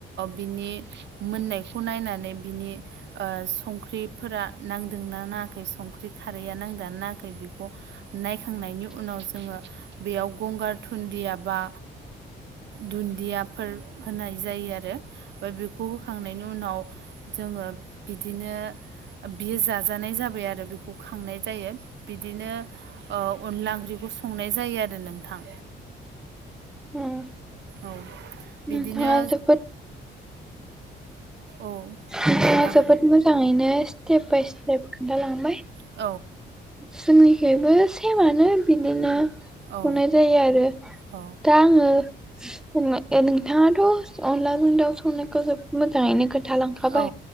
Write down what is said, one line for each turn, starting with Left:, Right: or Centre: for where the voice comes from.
Right: बिनि मोननायखौ नायनानै बिनि ओ संख्रिफोरा नांदोंना नाङाखै संख्रि खारैया नांदोंना नाङाखै बेखौ नायखांनायनि उनाव जोङो बेयाव गंगार थुन्दिया बा दुन्दियाफोर होनाय जायो आरो ओमफ्राय बेखौ होखांनायनि उनाव जोङो बिदिनो बियो जाजानाय जाबाय आरो बेखौ खांनाय जायो बिदिनो ओ अनला ओंख्रिखौ संनाय जायो आरो नोंथां
Centre: उम
Right: औ बिदिनो
Centre: नोंथाङा जोबोद
Right: औ
Centre: नोंथाङा
Right: नोंथां
Centre: जोबोद मोजाङैनो स्टेप बाय स्टेप खोन्थालांबाय
Right: औ
Centre: जोंनिखैबो सेमानो बिदिनो
Right: औ
Centre: संनाय जायो आरो
Right: औ
Centre: दा ओ नोंथाङाथअनलाजों दाउ संनायखौ जोबोद मोजाङैनो खोनथालां खाबाय
Right: औ